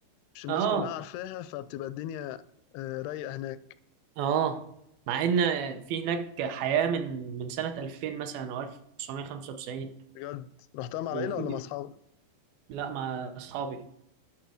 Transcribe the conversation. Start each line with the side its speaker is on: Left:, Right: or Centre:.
Left: مش الناس
Right: اه
Left: كلها عارفاها فبتبقى الدنيا آه، رايقة هناك
Right: اه مع ان في هناك حياه من من سنه 2000 مثلا او 1995
Left: بجد رحتها مع
Right: وفي
Left: العيلة ولا مع اصحابك
Right: لا مع اصحابي